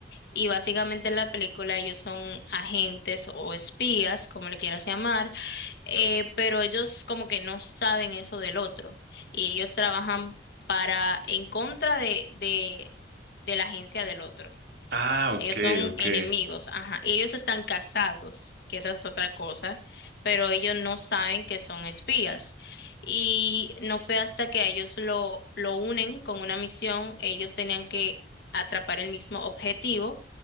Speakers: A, on the left (about 60°); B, on the right (about 65°).
A: y básicamente en la película ellos son agentes o espías, como le quieras llamar, eh, pero ellos como que no saben eso del otro y ellos trabajan para en contra de, de, de la agencia del otro.
B: Ah, ok,
A: Ellos son
B: ok.
A: enemigos, ajá. Y ellos están casados, que esa es otra cosa, pero ellos no saben que son espías. Y no fue hasta que a ellos lo, lo unen con una misión, ellos tenían que atrapar el mismo objetivo